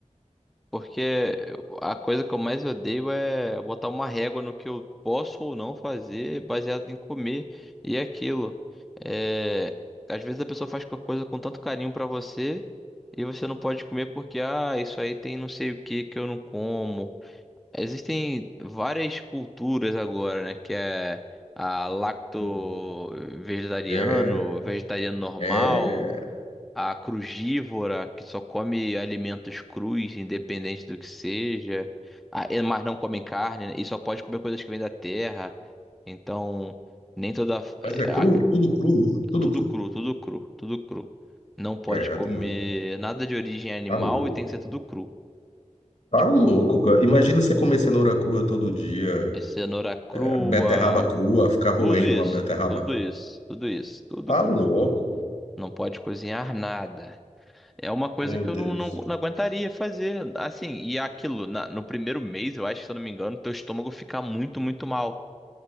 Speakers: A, in the centre; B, on the left.
A: Porque a coisa que eu mais odeio é botar uma régua no que eu posso ou não fazer baseado em comer e aquilo. É, às vezes a pessoa faz uma coisa com tanto carinho pra você e você não pode comer porque, ah, isso aí tem não sei o que que eu não como. Existem várias culturas agora, né? Que é a lacto-vegetariano,
B: Hum. É,
A: vegetariano normal
B: é,
A: a crugívora que só come alimentos crus, independente do que seja, a- e- mas não comem carne né, e só pode comer coisas que vêm da terra. Então, nem toda é,
B: mas é cru,
A: a-
B: tudo cru mesmo, tudo
A: tudo
B: cru.
A: cru, tudo cru, tudo cru. Não pode
B: Credo,
A: comer
B: mano.
A: nada de origem animal
B: Tá louco.
A: e tem que ser tudo cru.
B: Tá
A: Tipo,
B: louco, cara. Imagina você comer cenoura crua todo dia,
A: cenoura crua,
B: é, beterraba crua, ficar roendo
A: tudo isso,
B: uma beterraba.
A: tudo isso, tudo isso, tudo
B: Tá
A: cru.
B: louco.
A: Não pode cozinhar nada. É uma coisa
B: Meu
A: que
B: Deus.
A: eu não, não, não aguentaria fazer. Assim, e aquilo, na- no primeiro mês, eu acho, se eu não me engano, teu estômago fica muito, muito mal.